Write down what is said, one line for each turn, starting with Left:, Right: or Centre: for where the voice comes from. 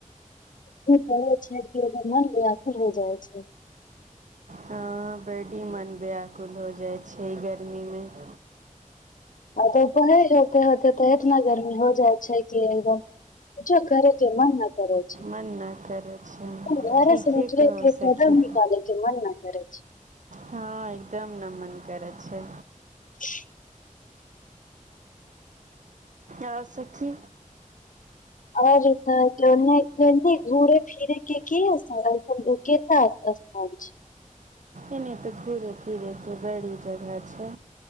Left: कह छै मन व्याकुल हो जाइ छै
Right: हँ बड्डी मन व्याकुल हो जाइ छै गर्मीमे <inaudible>
Left: आ तऽ उपहे होते होते तऽ इतना गर्मी हो जाइ छै कि एकदम किछो करे के मन न करै
Right: मन न करै छै
Left: भार
Right: ठीके
Left: समचरे
Right: कहौ
Left: कगम
Right: सखी
Left: निकाले के मन न करे छै <unintelligible>
Right: हँ एकदम ना मन करत छै
Left: <inaudible>
Right: आओ सखी
Left: आओर जेता केने केने घूरे फिरे के कि ओ सा केता बस हम छी
Right: एने त घूरे फिरे के बड़ी जगह छै